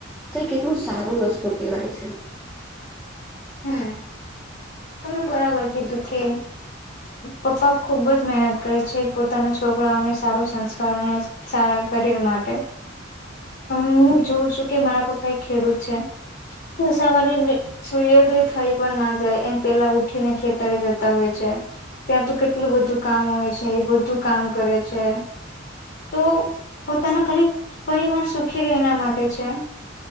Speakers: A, in the centre; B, on the left (about 50°).
A: તો એ કેટલું સારું વસ્તુ કહેવાય છે.
B: હમ તમે બરાબર કેધુ કે. પપ્પા ખુબ જ મહેનત કરે છે પો. પોતાના છોકરાઓને સારો સંસ્કાર અને સારા કરયર માટે. હું જોઉં છું કે મારા પપ્પા. કઈ ખેડૂત છે તો સવારે સૂરદય થઈ પણ ના જાય. પેલા ઉઠી ને ખેતરે જતા હોય છે ત્યાં તો કેટલું બધું કામ હોય છે એ બધું કામ કરે છે તો પોતાના ખાલી પરિવાર સુખી રહે એના માટે છે.